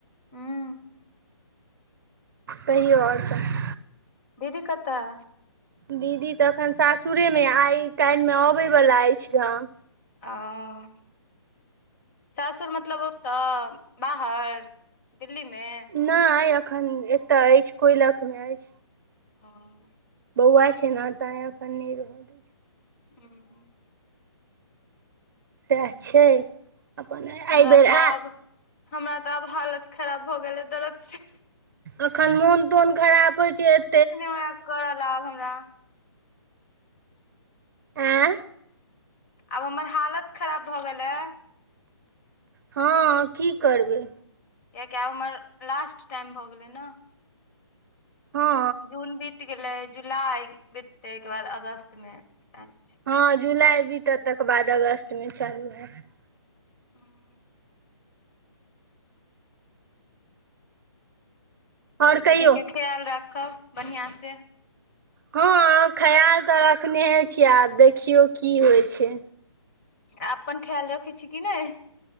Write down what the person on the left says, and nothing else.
हूं
दीदी कतऽ हे
आ सासुर मतलब ओतऽ बाहर दिल्ली मे
हं
हूं
हमरा
तऽ
आब हमरा तऽ आब हालत खराब भऽ गेले दरद से
किछ नय होय या करल आब हमरा
आब हमर हालत खराब भऽ गेल हे
कियाकी आब हमर लास्ट टाइम भऽ गेलै न
जून बीत गेलै जुलाई बीततय अयकेँ बाद अगस्त मे टाइम छै
<inaudible>
दीदी केँ ख्याल राखब बढ़ियाॅं से
अपन ख्याल रखै छी कि नै